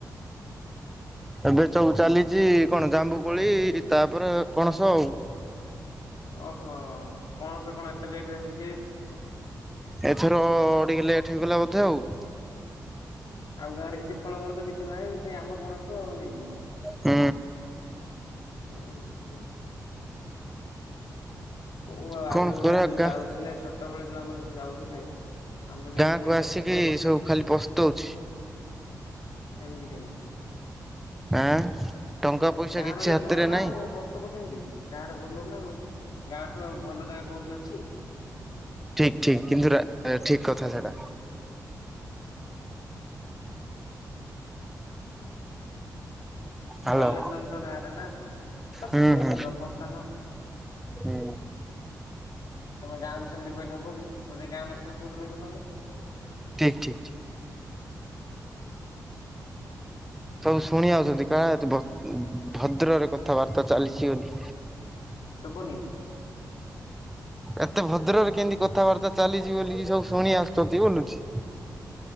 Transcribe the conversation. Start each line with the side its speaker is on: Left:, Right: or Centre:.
Centre: ଏବେ ସବୁ ଚାଲିଛି କଣ ଜାମୁକୋଳି ତାପରେ ପଣସ ଆଉ।
Left: ଓହୋ ପଣସ କଣ ଏତେ ଲେଟରେ ହଉଛି।
Centre: ଏଥର ଟିକେ ଲେଟ ହେଇଗଲା ବୋଧେ ଆଉ।
Left: ଆଉ ଗାଁରେ କିଛି ଫଳମୂଳ ତ କିଛି ନାହିଁ, ସେଇ ଆମ୍ବ ପଣସ ଆଉ ନେଇକି।
Centre: ହୁଁ।
Left: ଉହୁଁ। ହଉ ଆଉ ଆଗ
Centre: କଣ
Left: ଭଳିଆ
Centre: କରିବା
Left: ଯୋଉ
Centre: ଗାଁ
Left: ଯାଉଥିଲେ ଛୋଟବେଳେ ଯୋଉ ଆମେ ଯାଉଥିଲେ। ଆମ୍ବ ନେଇଯିବାର
Centre: ଗାଁକୁ ଆସିକି ସବୁ ଖାଲି ପସ୍ତୋଉଚି।
Left: ଏମିତି କେମିତି
Centre: ଆଁ। ଟଙ୍କା ପଇସା
Left: ଗାଁ
Centre: କିଛି
Left: ରହିଲେ
Centre: ହାତରେ
Left: ଭଲ ନା
Centre: ନାହିଁ
Left: ଆଉ ପସ୍ତେଇବ କେମିତି। ଗାଁ ରେ ଭଲ ନା ଆଉ ଗାଁଠୁ ଆଉ ଭଲ ଜାଗା କୋଉଠି ଅଛି?
Centre: ଠିକ ଠୀକ କିନ୍ତୁ ରା ଠିକ କଥା ସେଟା।
Left: <inaudible>
Centre: ହ୍ୟାଲୋ
Left: ରହିବା ସ୍ଥାନ ତ ଗାଁରେ ନା ବାସସ୍ଥାନ,
Centre: ହୁଁ ହୁଁ
Left: ଜନ୍ମସ୍ଥାନ।
Centre: ହୁଁ।
Left: ତମେ ଗାଁକୁ ସେମିତି କହିଲେ ହବି କି ଯଦି ଗାଁ ନଥିବ କୋଉଠି ରହିବ ତମେ?
Centre: ଠିକ୍, ଠିକ୍, ଠିକ୍।
Left: <inaudible>
Centre: ସବୁ ଶୁଣି ଆଉଛନ୍ତି କା ଭଦ୍ରରେ କଥାବାର୍ତ୍ତା ଚାଲିଛି ଏଠି।
Left: ସୁବୁନି।
Centre: ଏତେ ଭଦ୍ରରେ କେମତି କଥାବାର୍ତ୍ତା ଚାଲିଛି ବୋଲିି ସବୁ ଶୁଣି ଆସୁଛତି ବୋଲୁଛି।